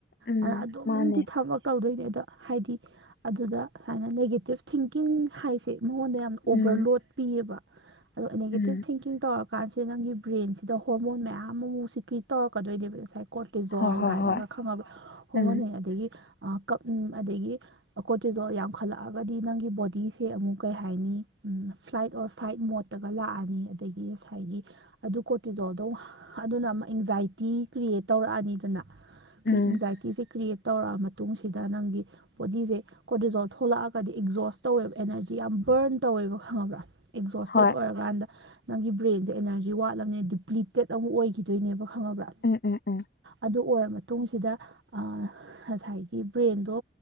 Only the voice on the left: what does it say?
ꯎꯝ
ꯃꯥꯅꯦ
ꯎꯝ
ꯎꯝ
ꯍꯣꯏ ꯍꯣꯏ
ꯍꯣꯏ
ꯎꯝ
ꯎꯝ
ꯍꯣꯏ
ꯎꯝ-ꯎꯝ-ꯎꯝ